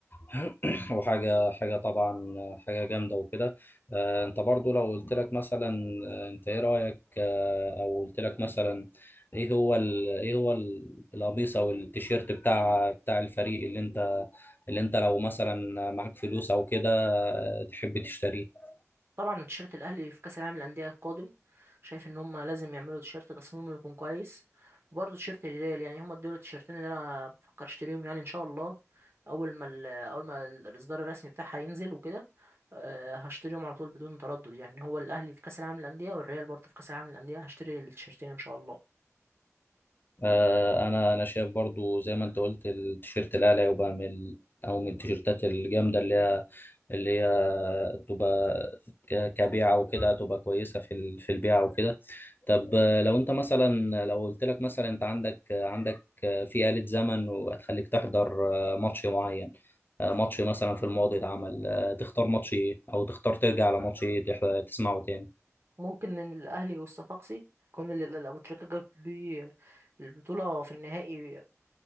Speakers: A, on the left; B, on the right.
A: <coughs> <clears throat> وحاجة حاجة طبعا حاجة جامدة وكده آه، أنت برضو لو قلت لك مثلا آه، أنت إيه رأيك آه، أو قلت لك مثلا إيه هو ال... إيه هو ال- القميص أو التيشيرت بتاع بتاع الفريق اللي أنت اللي أنت لو مثلا معاك فلوس أو كده آه، تحب تشتريه
B: طبعا تيشيرت الاهلي في كاس العالم للانديه القادم شايف ان هم لازم يعملوا تيشيرت تصميمه يكون كويس وبرضه تيشيرت الهلال يعني هم دول التيشيرتين اللي انا بفكر اشتريهم يعني ان شاء الله اول ما ال- اول ما ال- الاصدار الرسمي بتاعها ينزل وكده آه، هشتريهم على طول بدون تردد يعني هو الاهلي في كاس العالم للانديه والريال برضه في كاس العالم للانديه هشتري التيشيرتين ان شاء الله
A: آه، انا انا شايف برضو زي ما انت قلت التيشيرت الاعلى يبقى من ال- او من التيشيرتات الجامده اللي هي اللي هي تبقى ك- كبيعه وكده تبقى كويسه في ال- في البيعه وكده طب آه، لو انت مثلا لو قلت لك مثلا انت عندك عندك آه، في آلة زمن وهتخليك تحضر آه، ماتش معين آه، ماتش مثلا في الماضي اتعمل آه، تختار ماتش ايه او تختار ترجع على ماتش ايه تح- تسمعه تاني
B: ممكن الأهلي والصفاقسي كون ال- ال- أبو تريكة جاب بيه البطولة في النهائي